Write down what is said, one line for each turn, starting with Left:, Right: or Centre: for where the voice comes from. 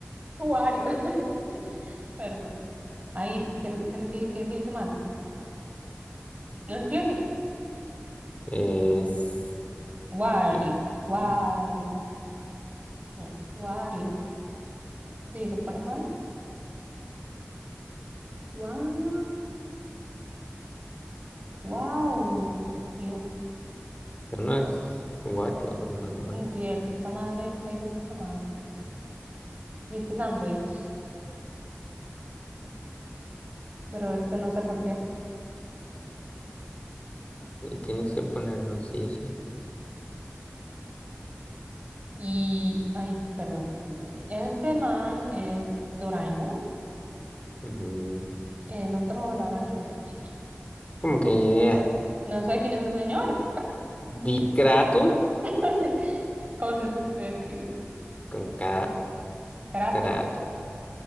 Right: Wario. <laughs> Perdón. Ahí, ¿qué, qué, lo que qué, qué hice mal? Lo escribo así.
Left: Es.
Right: Wario.
Left: Sí.
Right: Wario.
Left: No,
Right: No, Wario. Sí, lo pone mal. Wow. Wow. Yo.
Left: no es Wario normal.
Right: Cierto, esta madre está diciendo que está mal. Y este es Android. Pero este no sé por qué.
Left: Y tienes que ponerlo sí o sí.
Right: Y, ay, perdón, discúlpenme. Este man es Doraemon,
Left: Ujú.
Right: el otro la gran idea, chiqui.
Left: Como que ni idea.
Right: No sé quién es el señor.
Left: Di Kratos
Right: <laughs> ¿Cómo se es- escribe?
Left: con K.
Right: Kratos.
Left: Trato.